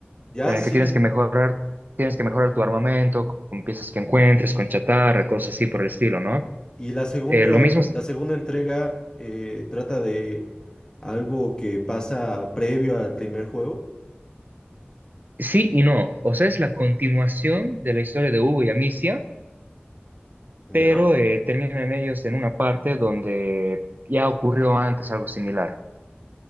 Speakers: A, on the left; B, on the right.
A: Ya,
B: en el
A: sí.
B: que tienes que mejorar, tienes que mejorar tu armamento con piezas que encuentres, con chatarra, cosas así por el estilo, ¿no?
A: Y la segunda,
B: Eh, lo mismo, es-
A: la segunda entrega eh, trata de algo que pasa previo al primer juego.
B: sí y no. O sea, es la continuación de la historia de Hugo y Amicia,
A: Ya.
B: pero eh, terminan ellos en una parte donde ya ocurrió antes algo similar.